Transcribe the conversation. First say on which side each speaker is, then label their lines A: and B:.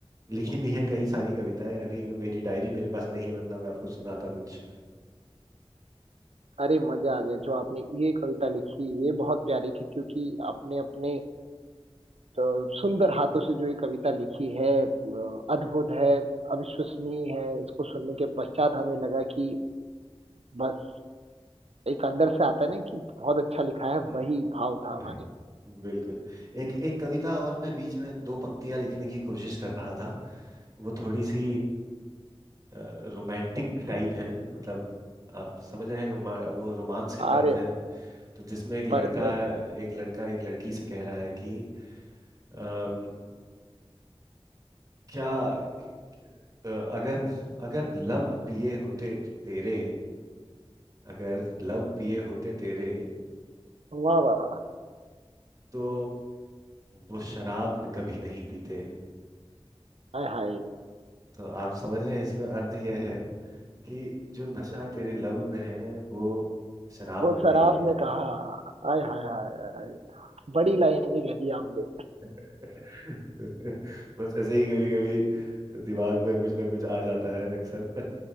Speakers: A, on the right; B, on the right.
A: लिखी भी हैं कई सारी कविताएं अभी तो मेरी डायरी मेरे पास नहीं है वरना मैं आपको सुनाता कुछ
B: अरे मजा आ गया जो आपने ये कविता लिखी ये बहुत प्यारी थी क्योंकि आपने अपने अ, सुंदर हाथों से जो ये कविता लिखी है अ, अद्भुत है अविश्वसनीय है इसको सुनने के पश्चात हमें लगा कि बस एक अंदर से आता है ना कि बहुत अच्छा लिखा है
A: हम्म,
B: वही भाव था हमारे
A: वही, बिल्कुल एक एक कविता और मैं बीच में दो पंक्तियां लिखने की कोशिश कर रहा था वो थोड़ी सी रोमांटिक टाइप है मतलब आप समझ रहे हैं रोमा वो रोमांस की
B: अरे
A: तरफ है तो जिसमें एक लड़का
B: बस बस
A: एक लड़का एक लड़की से कह रहा है कि अम, क्या क- क- अ, अगर अगर लब पिए होते तेरे अगर लब पिए होते तेरे
B: वाह वाह
A: तो वो शराब कभी नहीं पीते
B: हाय हाय
A: तो आप समझ रहे हैं इसमें अर्थ यह है कि जो नशा तेरे लब में है वो शराब
B: वो
A: में नहीं
B: शराब
A: है
B: ने कहा हाय हाय हाय हाय बड़ी लाइन ही कह दी आपने
A: <laughs> बस ऐसे ही कभी कभी दिमाग में कुछ ना कुछ आ जाता है अक्सर